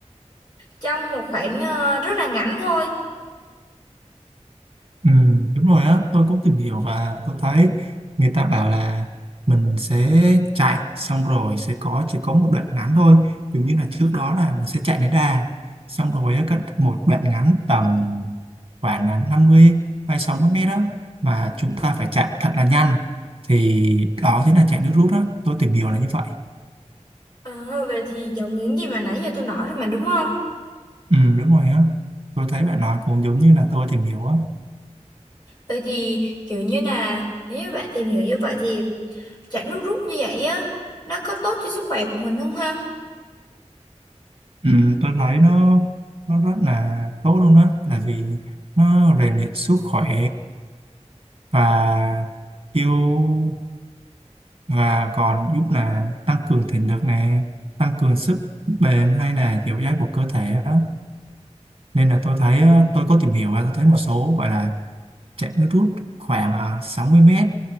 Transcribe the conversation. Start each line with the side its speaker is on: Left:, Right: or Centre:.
Left: Trong một khoảng ờ, rất là ngắn thôi.
Right: Ừ, đúng rồi á, tôi cũng tìm hiểu và tôi thấy người ta bảo là mình sẽ chạy xong rồi sẽ có chỉ có một đoạn ngắn thôi, giống như là trước đó là mình sẽ chạy đến đà, xong rồi á, cái- một đoạn ngắn tầm khoảng là 50 hay 60 mét đó mà chúng ta phải chạy thật là nhanh thì đó chính là chạy nước rút đó, tôi tìm hiểu là như vậy.
Left: Ờ, về thì giống những gì mà nãy giờ tôi nói rồi mà đúng không?
Right: Ừ, đúng rồi á, tôi thấy bạn nói cũng giống như là tôi tìm hiểu á.
Left: Vậy thì kiểu như là nếu như bạn tìm hiểu như vậy thì chạy nước rút như vậy á nó có tốt cho sức khỏe của mình không ha?
Right: Ừ, tôi thấy nó nó rất là tốt luôn đó là vì nó rèn luyện sức khỏe và yêu và còn giúp là tăng cường thể lực này tăng cường sức bền hay là dẻo dai của cơ thể đó. nên là tôi thấy ờ, tôi có tìm hiểu và tôi thấy một số gọi là chạy nước rút khoảng ờ, 60 mét